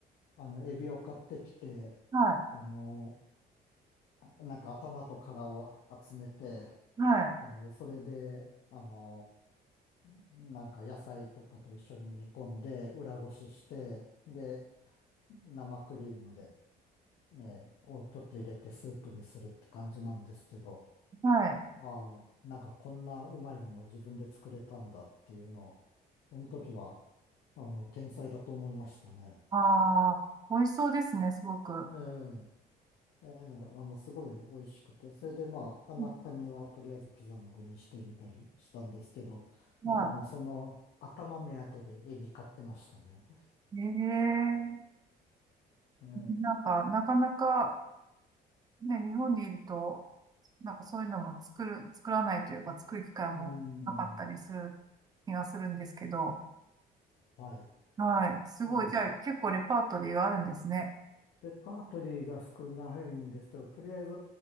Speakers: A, on the left (about 70°); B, on the right (about 25°).
A: あの、エビを買ってきて、
B: はい。
A: あのーなんか頭と殻を集めて、
B: はい。
A: あのーそれで、あのーなんか野菜とかと一緒に煮込んで、裏ごしして、で、生クリームで、ええ、をちょっと入れてスープにするって感じなんですけど、
B: はい。
A: ああ、なんかこんなうまいもの自分で作れたんだっていうのを、その時は、あの、天才だと思いましたね。
B: ああ、美味しそうですね、すごく。
A: ええ、ええ、あの、すごい美味しくて、それでまあ、余った身はとりあえずピザの具にしてみたりしたんですけど、
B: うんは
A: なんかもうその頭目当てでエビ買ってましたね。
B: い。ね
A: ええ、
B: え、なんか、なかなか、ね、日本にいると、なんかそういうのも作る、作らないというか、作る機会もなかったりする
A: うん、
B: 気がするんですけど、
A: はい。
B: はい。すごい。
A: うん
B: じゃあ、結構レパートリーがあるんですね。
A: レパートリーが少ないんですけど、とりあえず、